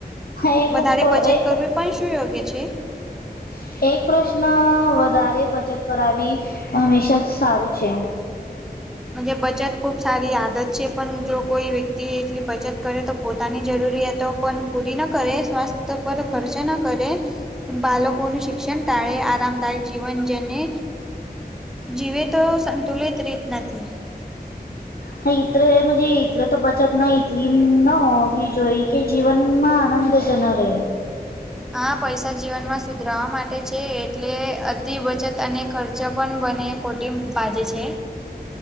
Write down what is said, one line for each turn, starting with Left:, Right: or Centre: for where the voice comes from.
Left: એક
Centre: વધારે બચત
Left: એક
Centre: કરવી પણ શું યોગ્ય છે.
Left: <inaudible> એક પ્રશ્ન વધારે બચત કરાવી હંમેશા સારું છે.
Centre: બચત ખૂબ સારી આદત છે પણ જો કોઈ વ્ય એટલી બચત કરે તો પોતાની જરૂરિયાતો પણ પૂરી ન કરે સ્વાસ્થ્ય પર ખર્ચ ન કરે. બાળકોનું શિક્ષણ ટાળે આરામદાયક જીવન જને જીવે તો સંતુલિત રીત નથી.
Left: હા ઇતરે એટલે તો બચત ના એટલી ન હોવી જોઈ કે જીવન માં આનંદ. જનારે.
Centre: હા પૈસા જીવનમાં સુધરવા માટે છે એટલે અતિ બચત અને ખર્ચ પણ બને કોટી બાજે છે.